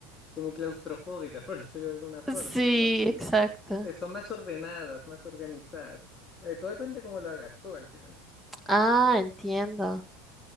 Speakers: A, on the left; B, in the centre.
A: como claustrofóbicas, <laughs> por decirlo de alguna forma,
B: Sí,
A: sino que
B: exacto.
A: eh, son más ordenadas, más organizadas. Eh, todo depende cómo lo hagas tú al final.
B: Ah, entiendo.